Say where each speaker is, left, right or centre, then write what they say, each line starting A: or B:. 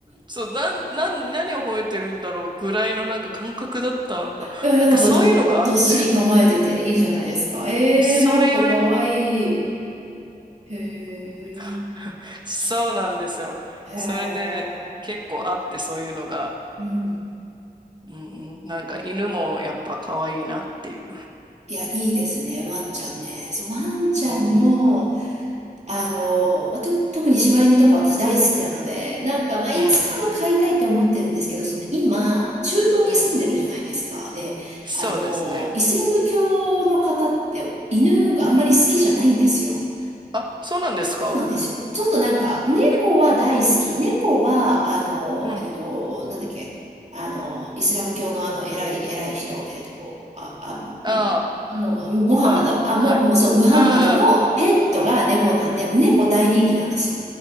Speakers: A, on the right (about 30°); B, on the right (about 45°).
A: そう、なん、なん、何を吠えてるんだろうぐらいのなんか感覚だったのが、
B: いや、いやなんかど、
A: なんかそういうのがあって、
B: どっしり構えてていいじゃないですか。えー、
A: で、それよりは、
B: なんかかわいい。へえ、
A: <laughs> そうなんですよ。
B: へえ、
A: それで結構あってそういうのが、
B: うん。
A: うんうん、なんか犬もやっぱ可愛いなっていう。
B: いや、いいですね、ワンちゃんね。そう、ワンちゃんも、
A: うん、
B: あの、まあと、特に柴犬とか私大好きなので、なんか、まあ、
A: うん、
B: いつかは飼いたいって思ってるんですけど、
A: うん、
B: その今、中東に住んでるじゃないですか。
A: うん、うん。
B: で、
A: そうですね。
B: あの、イスラム教の方って犬があんまり好きじゃないんですよ。
A: うん、うん。あ、そうなんですか
B: そうなんですよ。ちょっとなんか、猫は大好き。
A: え、
B: 猫は、あの、
A: うん。
B: えっと、なんだっけ、あの、イスラム教のあの、偉い、偉い人、えっと、あ、あ、
A: あ
B: んあの、モハマド、
A: あ、ああ、はい。
B: あ、も、もうそう、ムハンマドのペットが猫なんで、
A: ああ、
B: 猫大人気なんですよ。